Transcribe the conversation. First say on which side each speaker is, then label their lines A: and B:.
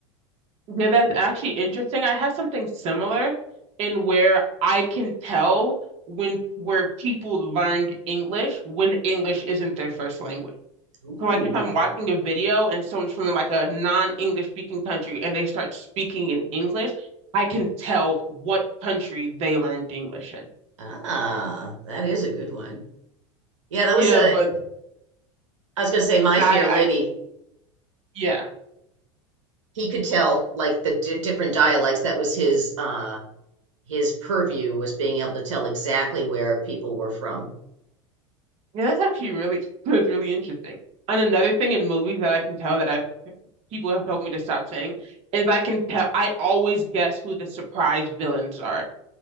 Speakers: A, on the right; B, on the right.
A: Yeah, that's actually interesting. I have something similar in where I can tell when where people learned English when English isn't their first language.
B: Ooh,
A: So like if I'm watching a video and someone's from like a non-English speaking country and they start speaking in English, I can tell what country they learned English in.
B: ah, that is a good one. Yeah, that
A: Yeah,
B: was a,
A: but
B: I was going to say, My
A: yeah,
B: Fair
A: I,
B: Lady.
A: I yeah.
B: He could tell like the di different dialects. That was his, uh, his purview was being able to tell exactly where people were from.
A: Yeah, that's actually really <laughs> that's really interesting. And another thing in movies that I can tell that I've people have told me to stop saying is I can tell I always guess who the surprise villains are.